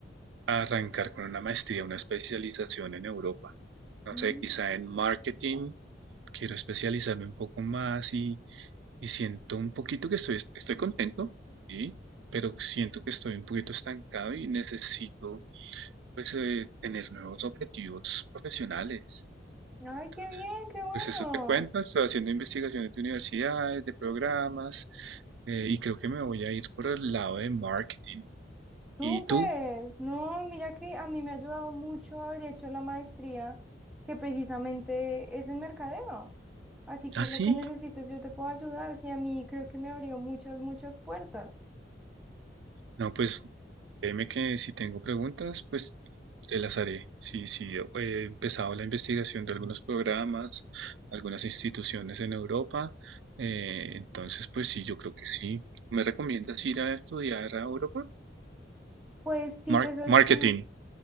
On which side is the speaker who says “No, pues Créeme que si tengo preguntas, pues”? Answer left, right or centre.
Right